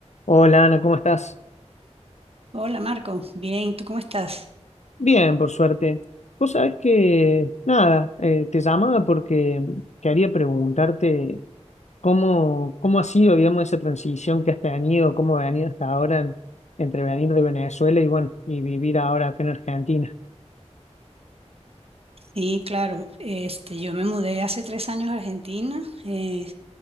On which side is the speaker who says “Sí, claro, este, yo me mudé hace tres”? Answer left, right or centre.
Right